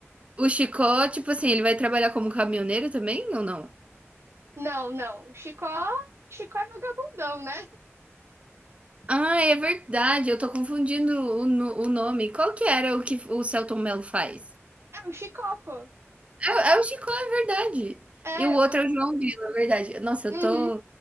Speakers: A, on the right (about 25°); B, on the right (about 60°).
A: O Chicó, tipo assim, ele vai trabalhar como caminhoneiro também ou não?
B: Não, não, o Chicó, Chicó é vagabundão, né?
A: Ah, é verdade, eu tô confundindo o, no- o nome. Qual que era o que o Celton Mello faz?
B: É o Chicó, pô.
A: É, o- é o Chicó, é verdade. E
B: É,
A: o outro
B: o.
A: é o João Grilo, é verdade. Nossa, eu
B: Uhum.
A: tô.